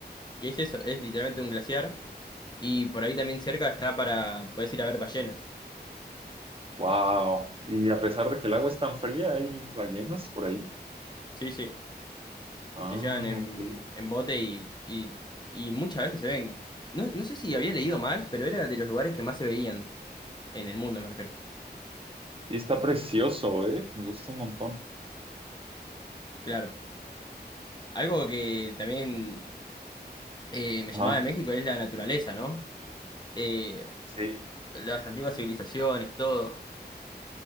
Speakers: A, on the left; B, on the right.
A: ¿Qué es eso? Es literalmente un glaciar y por ahí también cerca está para, puedes ir a ver ballenas.
B: Wow. Y a pesar de que el agua es tan fría, hay ballenas por ahí.
A: Sí, sí,
B: Ah,
A: te llevan en,
B: ok. Sí,
A: en bote y, y, y muchas veces se ven. No, no sé si había leído mal, pero era de los lugares que más se veían en el mundo, me refiero.
B: está precioso, ¿eh? Me gusta un montón.
A: Claro. Algo que también eh, me
B: Ajá.
A: llamaba de México es la naturaleza, ¿no? eh,
B: Sí.
A: las antiguas civilizaciones, todo.